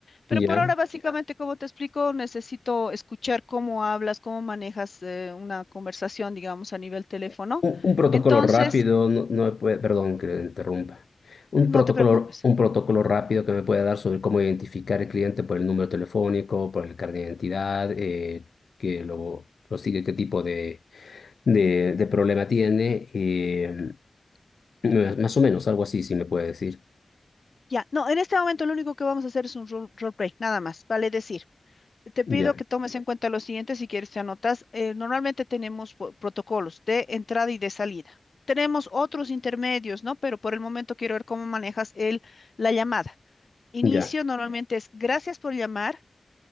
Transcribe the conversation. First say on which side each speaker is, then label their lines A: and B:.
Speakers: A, on the left (about 55°); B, on the left (about 75°).
A: Pero
B: ya.
A: por ahora, básicamente, como te explico, necesito escuchar cómo hablas, cómo manejas eh, una conversación, digamos, a nivel teléfono.
B: Un, un protocolo
A: Entonces,
B: rápido, no, no me puede, perdón que le interrumpa. Un
A: no
B: protocolo,
A: te preocupes.
B: un protocolo rápido que me pueda dar sobre cómo identificar al cliente por el número telefónico, por el carnet de identidad, eh, que lo, lo sigue, qué tipo de, de, de problema tiene. eh, más más o menos, algo así, si me puede decir.
A: Ya, no, en este momento lo único que vamos a hacer es un role, role play, nada más, vale decir. Te pido
B: Ya,
A: que tomes en cuenta lo siguiente, si quieres te anotas. Eh, normalmente tenemos po- protocolos de entrada y de salida. Tenemos otros intermedios, ¿no? Pero por el momento quiero ver cómo manejas el, la llamada. Inicio
B: ya.
A: normalmente es gracias por llamar,